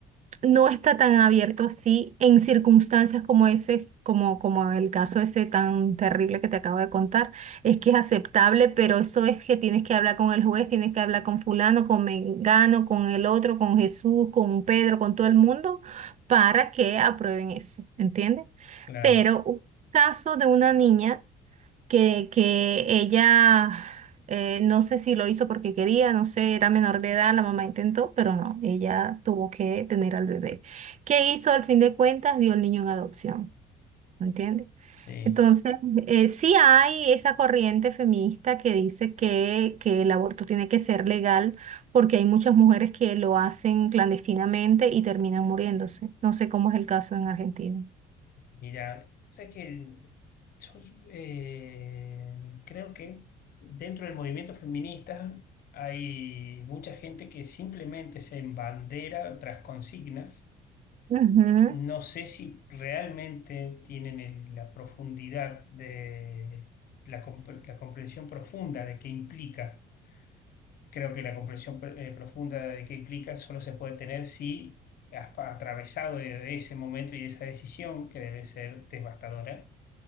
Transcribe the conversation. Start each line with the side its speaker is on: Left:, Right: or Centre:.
Right: no está tan abierto así en circunstancias como ese, como, como el caso ese tan terrible que te acabo de contar. Es que es aceptable, pero eso es que tienes que hablar con el juez, tienes que hablar con fulano, con Mengano, con el otro, con Jesús, con Pedro, con todo el mundo, para que aprueben eso, ¿entiendes?
Left: claro,
Right: Pero un caso de una niña que, que ella, eh, no sé si lo hizo porque quería, no sé, era menor de edad, la mamá intentó, pero no, ella tuvo que tener al bebé. ¿Qué hizo al fin de cuentas? Dio el niño en adopción, ¿me entiendes?
Left: sí.
Right: Entonces, eh, sí hay esa corriente feminista que dice que, que el aborto tiene que ser legal porque hay muchas mujeres que lo hacen clandestinamente y terminan muriéndose. No sé cómo es el caso en Argentina.
Left: Mira, sabes que Yo, eh, creo que dentro del movimiento feminista hay mucha gente que simplemente se embandera tras consignas.
Right: Ujú,
Left: No sé si realmente tienen el- la profundidad de la, compre- la comprensión profunda de qué implica. Creo que la comprensión eh, profunda de qué implica solo se puede tener si has pa- atravesado e-, ese momento y esa decisión que debe ser devastadora.